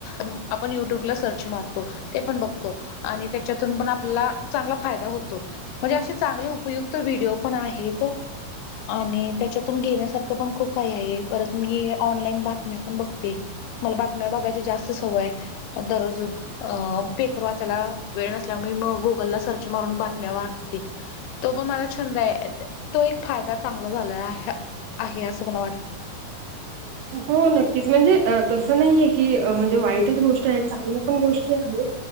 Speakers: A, on the left; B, on the right.
A: जर आपण युट्यूबला सर्च मारतो ते पण बघतो आणि त्याच्यातून पण आपल्याला चांगला फायदा होतो म्हणजे अशे चांगले उप उपयुक्त व्हिडिओ पण आहेत आणि त्याच्यातून घेण्यासारखं पण खूप काही आहे परत मी ऑनलाईन बातम्या पण बघते मला बातम्या बघायच जास्त सवय आहे दररोज अ पेपर वाचायला वेळ नसल्यामुळे मग गुगल सर्च मून बातम्या वा तो पण मला छंद तो एक फायदा चांगला झालेला आहे आहे असं मला वाटतं
B: हो नक्कीच म्हणजे तसं नाही आहे क म्हणजे वाईटच गोष्ट आहे चांगल्या पण गोष्टी आहे